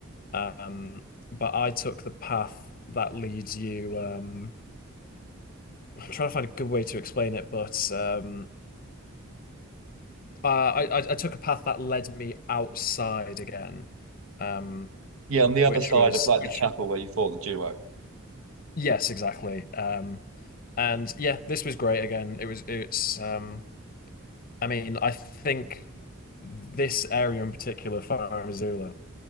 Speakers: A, on the left; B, on the right.
A: Um, but I took the path that leads you. Um, <laughs> I'm trying to find a good way to explain it, but um, uh, I, I I took a path that led me outside again, um,
B: Yeah, on the other
A: which
B: side
A: was
B: of like
A: which
B: the chapel where you fought the duo.
A: yes exactly. Um, and yeah, this was great again. It was it's um, I mean I think this area in particular, Far Missoula,